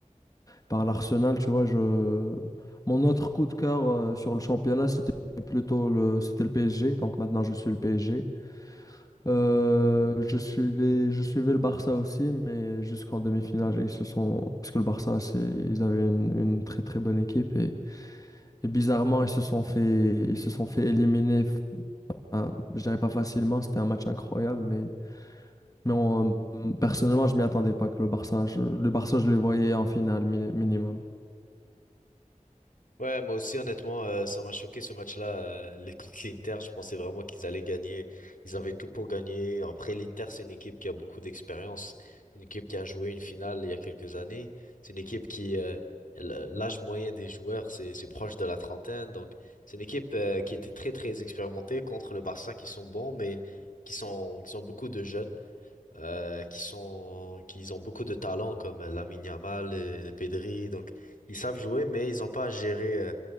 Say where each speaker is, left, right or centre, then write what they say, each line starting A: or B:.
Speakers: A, on the left (about 25°); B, on the left (about 80°).
A: par l'Arsenal, tu vois, je... mon autre coup de cœur euh, sur le championnat, c'était plutôt le, c'était le PSG. Donc maintenant, je suis le PSG. Euh, je suivais, je suivais le Barça aussi, mais jusqu'en demi-finale, ils se sont, parce que le Barça, c'est, ils avaient une, une très très bonne équipe et, et bizarrement, ils se sont fait, ils se sont fait éliminer. f- hein, je dirais pas facilement, c'était un match incroyable, mais, mais on- personnellement, je m'y attendais pas que le Barça, je- le Barça, je les voyais en finale mi- minimum.
B: Ouais, moi aussi, honnêtement, euh, ça m'a choqué ce match-là. euh, les <laughs> contre l'Inter, je pensais vraiment qu'ils allaient gagner. Ils avaient tout pour gagner. Après, l'Inter, c'est une équipe qui a beaucoup d'expérience. C'est une équipe qui a joué une finale il y a quelques années. C'est une équipe qui, euh, l- l'âge moyen des joueurs, c'est, c'est proche de la trentaine. Donc, c'est une équipe, euh, qui était très, très expérimentée contre le Barça qui sont bons, mais qui sont, qui sont beaucoup de jeunes, euh, qui sont, qui ont beaucoup de talent comme Lamine Yamal et Pedri. Donc, ils savent jouer, mais ils n'ont pas à gérer. euh,